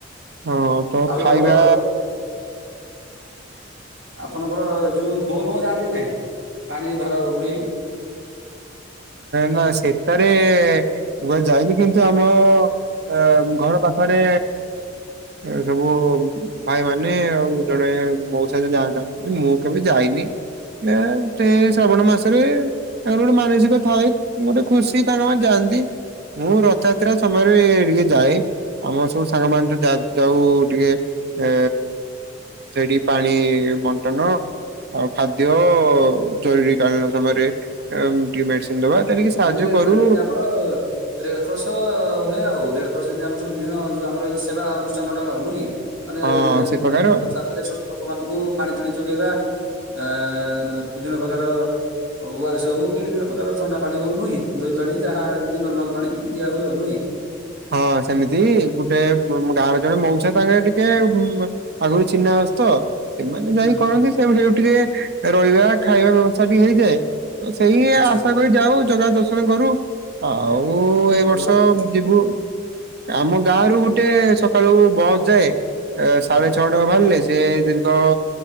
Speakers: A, on the right; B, on the right.
A: ହଁ ତ
B: ଆଉ
A: ଖାଇବା
B: ଆମର ଆପଣଙ୍କର ଯୋଉ ବୋଲ ବମ ଯାଆନ୍ତି କି ନାହିଁ ପାଣି ଭାର ବୁଡେଇ?
A: ନା ସେଟାରେ ମୁ ଯାଇନି କିନ୍ତୁ ଆମ ଅ ଘର ପାଖରେ ଏ ସବୁ ଭାଇ ମାନେ ଆଉ ଜଣେ ମୋଉସା ଯାଛନ୍ତି। ମୁଁ କେବେ ଯାଇନି ଏ ସେ ଶ୍ରାବଣ ମାସରେ ତାଙ୍କର ଗୋଟେ ମାନସିକ ଥାଏ ଗୋଟେ ଖୁସି ତାଙ୍କ ମାନ ଯାଆନ୍ତି। ମୁଁ ରଥଯାତ୍ରା ସମୟରେ ଟିକେ ଯାଏ। ଆମ ସବୁ ସାଙ୍ଗମାନେ ତ ଯାଉ ଟିକେ ଏ ସେଇଠି ପାଣି ବଣ୍ଟନ ଆଉ ଖାଦ୍ୟ ଜରୁରୀ କଳୀନ ସମୟରେ ଟିକେ ମେଡିସିନ ଦବା। ତା ଟିକେ ସାହାଯ୍ୟ
B: <unintelligible> ଯିଦି
A: କରୁ
B: ଆମର ରେଡ କ୍ରସ ଭଳିଆ ଆଉ ରେଡ କ୍ରସ ଯେମିତି ଆମର ସୁ ବିଭିନ ଯଉ ଆମରଇ ସେବା ଅନୁଷ୍ଠାନ ଗୁଡାକ ନୁହଁ କି? ମାନେ
A: ହଁ
B: ରଥଯାତ୍ରାରେ
A: ସେ ପ୍ରକାର
B: ସବୁ ଲୋକମାନାନଙ୍କୁ ପାଣି ଫାଣି ଯୋଗେଇବା। ଆ ବିଭିନ୍ନ ପ୍ରକାର ଓ ଆର ଏସ ହଉ କି ବିଭିନ୍ନ ପ୍ରକାର ଥଣ୍ଡା। ପାଣି ହଉ ନୁହଁ କି ଦହି ପାଣି ଯାହା ଏମିତି ନର୍ମାଲ ପାଣି ଦିଆ ହୁଏ ଆଉ ନୁହଁ କି?
A: ହଁ ସେମିତି ଗୋଟେ ଗାଁର ଜଣେ ମଉସା ତାଙ୍କରେ ଟିକେ ଆଗରୁ ଚିହ୍ନା ଅଛି ତ ସେମାନେ ଯାଇ
B: ହୁଁ ହୁଁ
A: କରନ୍ତି ସେ ଟିକେ ରହିବା ଖାଇବା ବ୍ୟବସ୍ଥା ଟିକେ ହେଇଯାଏ। ତ ସେଇ
B: ଆଚ୍ଛା
A: ଆଶା କରି ଯାଉ ଜଗା ଦର୍ଶନ କରୁ। ଆଉ ଏଇ ବର୍ଷ
B: ଆଚ୍ଛା
A: ଯିବୁ। ଆମ ଗାଁ ରୁ ଗୋଟେ ସକାଳୁ ବସ୍ ଯାଏ ସାଢେ
B: ଆଚ୍ଛା
A: ଛଅ ବାହାରିଲେ ସେ ଦୀର୍ଘ